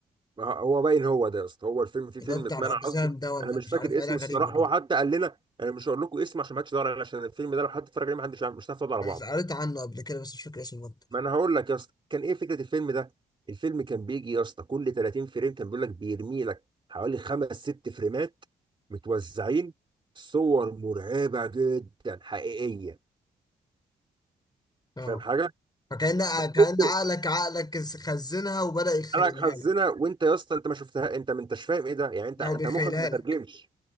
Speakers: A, on the right (about 30°); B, on the left (about 25°).
A: ما هو هو باين هو ده يا اسطى هو الفيلم في
B: اللي
A: فيلم
B: هو بتاع
A: اتمنع
B: الاقزام
A: قصده
B: ده ولا
A: انا مش
B: مش
A: فاكر
B: عارف
A: اسمه
B: حاجه غريبه
A: الصراحه
B: كده
A: هو حتى قال لنا انا مش هقول لكم اسمه عشان ما حدش يدور عليه عشان الفيلم ده لو حد اتفرج عليه ما حدش عارف- مش هتعرف تقعد على
B: انا
A: بعض
B: قريت عنه قبل كده بس مش فاكر اسمه برضه
A: ما انا هقول لك يا اسطى كان ايه فكره الفيلم ده الفيلم كان بيجي يا اسطى كل 30 فريم كان بيقول لك بيرمي لك حوالي خمس ست فريمات متوزعين صور مرعبه جدا حقيقيه
B: اه
A: أنت فاهم حاجه
B: فكأن
A: فكنت
B: كأن عقلك عقلك خزنها وبدأ يخيلها
A: حالك حزنه
B: لك
A: وانت يا اسطى انت ما شفتها انت ما انتش فاهم ايه ده يعني انت انت
B: او بيخيلها
A: مخك ما ترجمش
B: لك